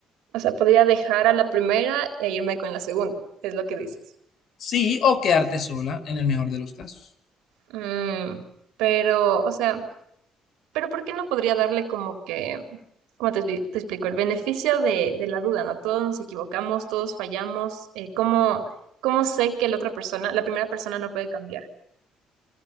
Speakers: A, on the right; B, on the left.
A: O sea, podría dejar a la primera e irme con la segunda, es lo que dices.
B: Sí, o quedarte sola en el mejor de los casos.
A: Mm, pero, o sea... Pero ¿por qué no podría darle como que, ¿cómo te, expli- te explico? El beneficio de, de la duda, ¿no? Todos nos equivocamos, todos fallamos. eh, ¿cómo, cómo sé que la otra persona, la primera persona no puede cambiar?